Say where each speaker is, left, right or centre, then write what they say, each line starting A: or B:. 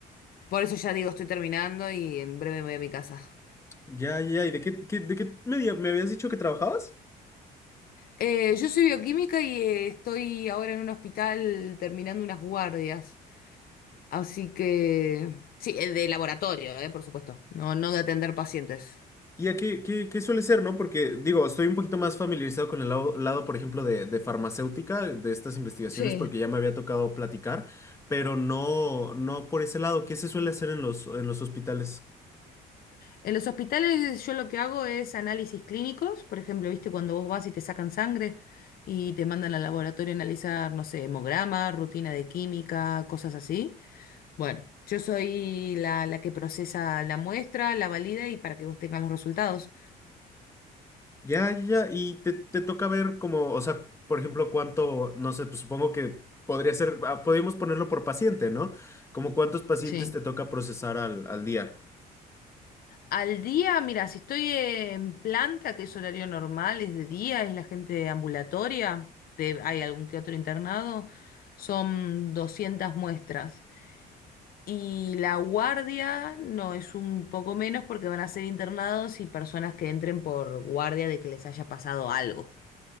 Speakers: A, on the left; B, on the left.
A: Por eso ya digo, estoy terminando y en breve me voy a mi casa.
B: Ya, ya, ¿y de qué, qué- de qué media me habías dicho que trabajabas?
A: Eh, yo soy bioquímica y eh, estoy ahora en un hospital terminando unas guardias. Así que. Sí, eh, de laboratorio, eh, por supuesto. No, no de atender pacientes.
B: ¿Y a qué, qué, qué suele ser, no? Porque, digo, estoy un poquito más familiarizado con el lado, lado, por ejemplo, de, de farmacéutica, de estas investigaciones,
A: Sí.
B: porque ya me había tocado platicar, pero no, no por ese lado. ¿Qué se suele hacer en los, en los hospitales?
A: En los hospitales yo lo que hago es análisis clínicos, por ejemplo, viste cuando vos vas y te sacan sangre y te mandan al laboratorio a analizar, no sé, hemograma, rutina de química, cosas así. Bueno, yo soy la, la que procesa la muestra, la valida y para que vos tengas los resultados.
B: Ya, ya, ya. Y te, te toca ver como, o sea, por ejemplo, cuánto, no sé, pues supongo que podría ser, ah, podríamos ponerlo por paciente, ¿no? Como cuántos pacientes
A: Sí.
B: te toca procesar al, al día.
A: Al día, mira, si estoy en planta, que es horario normal, es de día, es la gente ambulatoria, de- hay algún que otro internado, son 200 muestras. Y la guardia no es un poco menos porque van a ser internados y personas que entren por guardia de que les haya pasado algo.